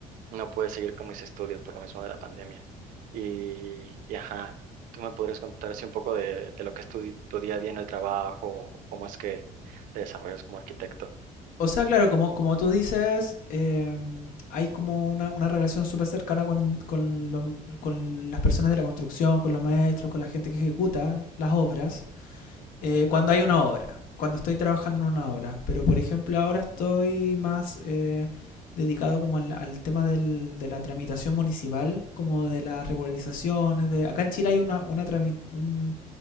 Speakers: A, on the right; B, on the left.
A: no puedes seguir con mis estudios por lo mismo de la pandemia. Y, y ajá, ¿tú me podrías contar así un poco de, de lo que es tu, di- tu día a día en el trabajo, cómo es que te desarrollas como arquitecto.
B: O sea, claro, como, como tú dices, em, hay como una, una relación súper cercana con, con lo- con las personas de la construcción, con los maestros, con la gente que ejecuta las obras eh, cuando hay una obra, cuando estoy trabajando en una obra. Pero, por ejemplo, ahora estoy más eh, dedicado como al, al tema del- de la tramitación municipal, como de las regularizaciones. De... Acá en Chile hay una, una trami- un,